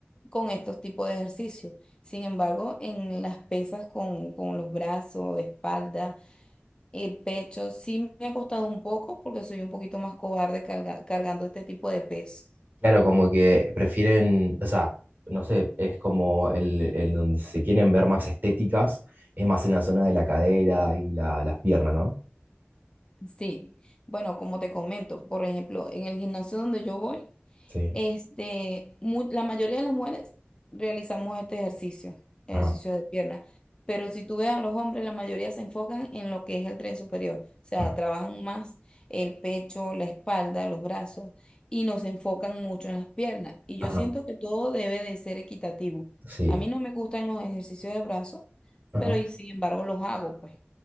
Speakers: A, on the left; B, on the right.
A: con estos tipos de ejercicios. Sin embargo, en las pesas con, con los brazos, espalda. El pecho sí me ha costado un poco porque soy un poquito más cobarde carga- cargando este tipo de peso.
B: Claro, como que prefieren, o sea, no sé, es como el, el donde se quieren ver más estéticas, es más en la zona de la cadera y la- las piernas, ¿no?
A: Sí, bueno, como te comento, por ejemplo, en el gimnasio donde yo voy,
B: Sí,
A: Este, mu- la mayoría de las mujeres realizamos este ejercicio, ejercicio
B: ajá,
A: de pierna, pero si tú ves a los hombres, la mayoría se enfocan en lo que es el tren superior, o sea,
B: ajá,
A: trabajan más el pecho, la espalda, los brazos y no se enfocan mucho en las piernas. Y yo
B: ajá,
A: siento que todo debe de ser equitativo.
B: sí,
A: A mí no me gustan los ejercicios de brazos,
B: ajá,
A: pero y sin embargo los hago, pues.